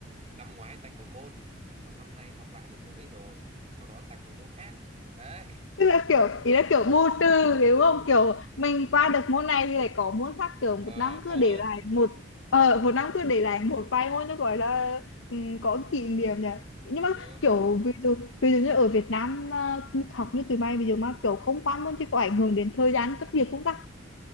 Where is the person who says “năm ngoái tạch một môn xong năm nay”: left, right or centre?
Right